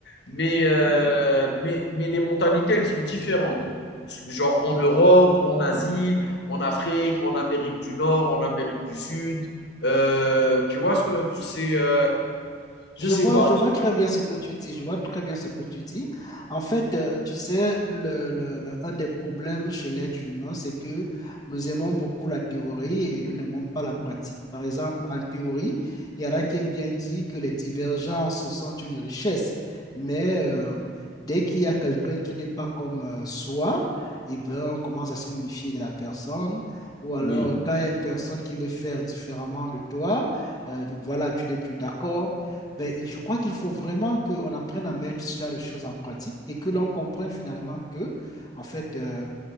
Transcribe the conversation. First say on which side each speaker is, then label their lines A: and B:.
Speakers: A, on the left (about 60°); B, on the left (about 20°).
A: mais, euh, mais, mais les mentalités, elles sont différentes. Genre en Europe, en Asie, en Afrique, en Amérique du Nord, en Amérique du Sud. Euh, tu vois ce que c'est euh, Je
B: Je
A: sais
B: vois,
A: pas.
B: je vois très bien ce que tu dis, je vois très bien ce que tu dis. En fait, euh, tu sais, le, le- le- un des problèmes chez l'être humain, c'est que nous aimons beaucoup la théorie et nous n'aimons pas la pratique. Par exemple, en théorie, il y en a qui aiment bien dire que les divergences sont une richesse, mais euh, dès qu'il y a quelqu'un qui n'est pas comme euh, soi, eh ben, on commence à se méfier de la personne. Ou alors,
A: Oui,
B: quand il y a une personne qui veut faire différemment de toi, euh, voilà, tu n'es plus d'accord. Ben, je crois qu'il faut vraiment qu'on apprenne à mettre ce genre de choses en pratique et que l'on comprenne finalement que, en fait, euh,